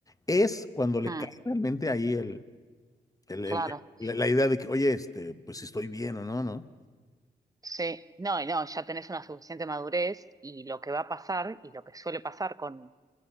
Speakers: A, on the left; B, on the right.
A: es cuando le
B: mm.
A: cae realmente ahí el, el-
B: Claro,
A: el- el- la idea de que, oye, este, pues si estoy bien o no, ¿no?
B: sí, no, y no, ya tenés una suficiente madurez y lo que va a pasar y lo que suele pasar con,